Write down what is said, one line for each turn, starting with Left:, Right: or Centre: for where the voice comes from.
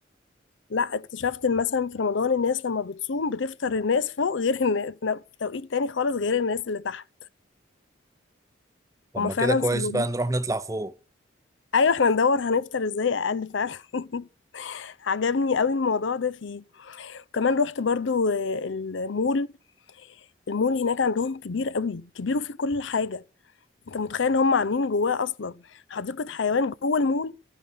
Left: لا اكتشفت ان مثلا في رمضان الناس لما بتصوم بتفطر الناس فوق غير الناس في توقيت تاني خالص غير الناس اللي تحت
Right: طب
Left: هما
Right: ما
Left: فعلا
Right: كده كويس
Left: صلوا
Right: بقى نروح نطلع فوق
Left: ايوه احنا ندور هنفطر ازاي اقل فعلا <laughs> عجبني قوي الموضوع ده فيه وكمان رحت برضو آه، المول المول هناك عندهم كبير قوي كبير وفيه كل حاجة انت متخيل ان هم عاملين جواه اصلا حديقة حيوان جوه المول